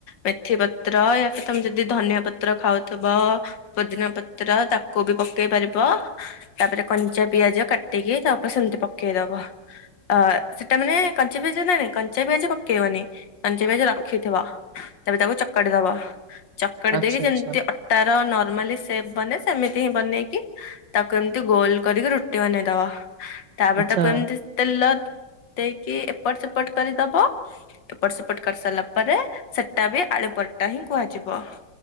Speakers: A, on the left; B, on the right.
A: ମେଥି ପତ୍ର ୟା ଫିର୍ ତମେ ଯଦି ଧନିଆ ପତ୍ର ଖାଉଥୁବ ପୋଦିନା ପତ୍ର ତାକୁ ବି ପକେଇ ପାରିବ ତାପରେ କଞ୍ଚା ପିଆଜ କାଟିକି ତା ଉପ ସେମତି ପକେଇଦବ ଅ ସେଟା ମାନେ କଞ୍ଚା ପିଆଜ ନାଁ ନାଇଁ କ ଞ୍ଚା ପିଆଜି ପକେଇବନି କଞ୍ଚା ପିଆଜ ରଖିଥିବ ତାପରେ ତାକୁ ଚକଡ଼ି ଦବ। ଚକଡ଼ି
B: ଆଚ୍ଛା
A: ଦେଇକି ଯେମତି
B: ଆଚ୍ଛା
A: ଅ ଟାର ନର୍ମାଲି ସେପ୍ ବନେ ସେମିତି ହିଁ ବନେଇକି ତାକୁ ଏମତି ଗୋଲ୍ କରିକି ରୁଟି ବନେଇଦବ ତାପରେ
B: ଆଚ୍ଛା
A: ତାକୁ ଏମତି ତେଲ ଦେଇକି ଏପଟ ସେପଟ କରିଦବ। ଏପଟ ସେପଟ କରି ସାରଲା ପରେ ସେଟା ବି ଆଳୁ ପରଟା ହିଁ କୁହାଯିବ।